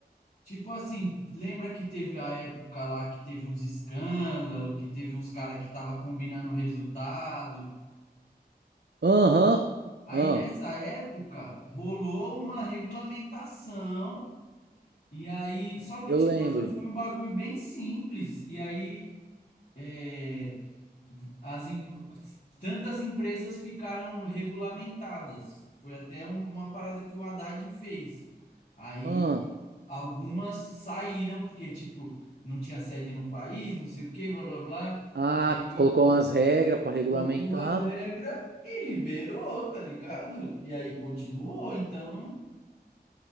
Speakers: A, on the left (about 55°); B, on the right (about 80°).
A: Tipo assim, lembra que teve a época lá que teve uns escândalos, que teve uns cara que tava combinando resultado?
B: Aham,
A: Aí nessa
B: ahn.
A: época rolou uma regulamentação e aí só que
B: eu
A: tipo
B: lembro.
A: assim foi um bagulho bem simples e aí é, as em- tantas empresas ficaram regulamentadas. Foi até um- uma parada que o Haddad fez. Aí
B: Ahn.
A: algumas saíram porque tipo não tinha sede no país, não sei o quê, blá blá blá.
B: Ah,
A: Aí
B: tu colocou umas regras para regulamentar.
A: colocou umas regras e liberou, tá ligado? E aí continuou, então